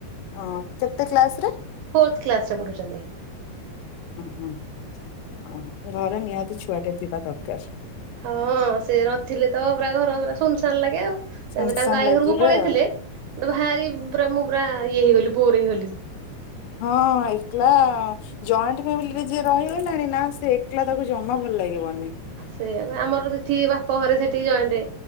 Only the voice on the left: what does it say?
ଅ, କେତେ କ୍ଲାସ ରେ?
ଉଁ ହୁଁ, ଅ ଘରେ ନିହାତି ଛୁଆଟେ ଥିବା ଦରକାର।
ସୁନସାନ
ଲାଗିବେ
ହଁ, ଏକେଲା ଜଏଣ୍ଟ ଫ୍ୟାମିଲିରେ ଯିଏ ରହିଗଲାଣି, ନା ସେ ଏକଲା ତାକୁ ଜମା ଭଲ ଲାଗିବନି।